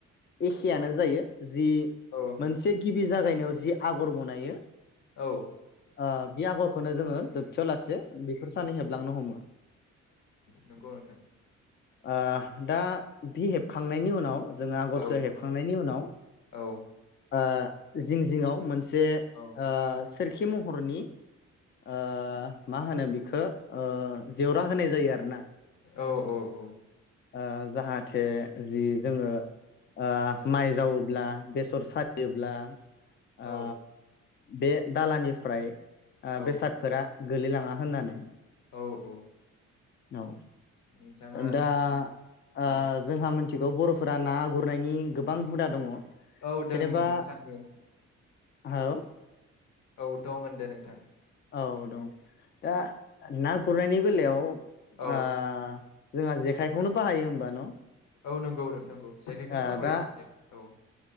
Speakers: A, on the left; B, on the left.
A: एखेआनो
B: औ
A: जायो जि
B: औ
A: मोनसे गिबि जागायनायाव जि आगर बनायो
B: औ
A: ओ बे आगरखौनो जोङो जोबथायाव लासे बेफोर सानो हेबलांनो हमो
B: नोंगौ नोंथां
A: आ दा बि हेबखांनायनि उनाव जोङो आगरखो
B: औ
A: हेबखांनायनि उनाव
B: औ
A: ओ जिं जिङाव मोनसे
B: औ
A: ओ सोरखि महरनि ओ मा होनो बि खो ओ जेवरा होनाय जायो आरो
B: औ औ औ
A: ओ जाहाथे जि जोङो ओ
B: औ औ
A: माइ जावोब्ला बेसर सायोब्ला
B: औ
A: आ बे दालानिफ्राय ओ
B: औ
A: बेसादफोरा गोलैलाङा होननानै
B: औ औ
A: औ
B: नोंथाङा
A: दा
B: औ
A: ओ जोंहा मोनस थिगौ बर'फोरा ना गुरनायनि गोबां हुदा दङ
B: औ दों
A: जेनेबा
B: नोंथांनि
A: औ
B: औ दं होनदो नोंथां
A: औ दं दा ना गुरनायनि बेलायाव ओ
B: औ
A: जोंहा जेखायखौनो बाहायो होमबा न'?
B: औ नंगौ नंगौ जायखायखौनो
A: ओ
B: बाहायो
A: दा
B: जोंनि औ